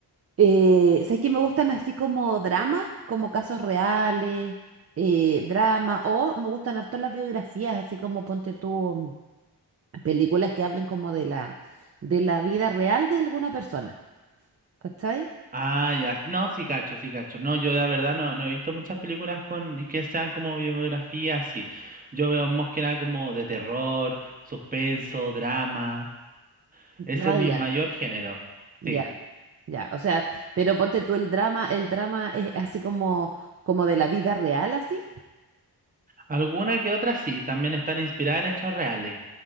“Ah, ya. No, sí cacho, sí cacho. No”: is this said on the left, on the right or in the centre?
Right